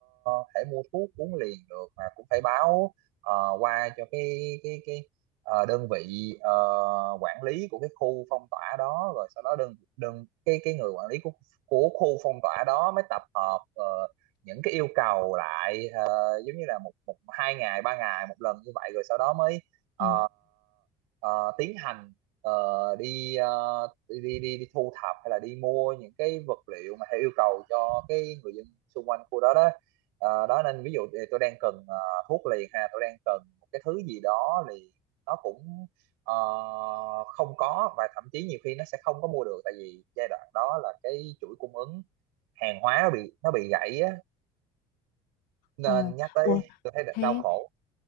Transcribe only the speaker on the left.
Ờ,
ờ.
Ủa,
thế